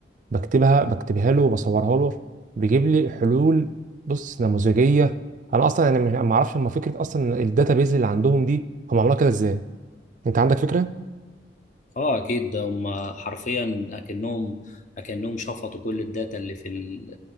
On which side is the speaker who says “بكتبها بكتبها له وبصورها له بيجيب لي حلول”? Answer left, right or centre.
Right